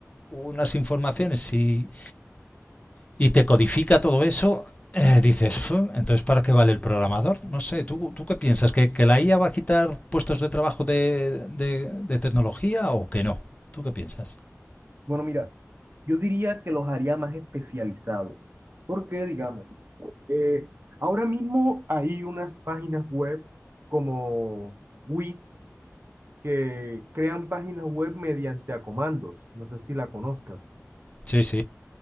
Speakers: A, on the left; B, on the right.
A: unas informaciones y, y te codifica todo eso, eh, dices, "Fu, entonces ¿para qué vale el programador? No sé, ¿tú, tú qué piensas? ¿Que, que la IA va a quitar puestos de trabajo de, de de tecnología o que no? ¿Tú qué piensas?
B: Bueno, mira, yo diría que los haría más especializados, porque digamos, Eh, ahora mismo hay unas páginas web como Wix que crean páginas web mediante a comandos. No sé si la conozcas.
A: Sí, sí.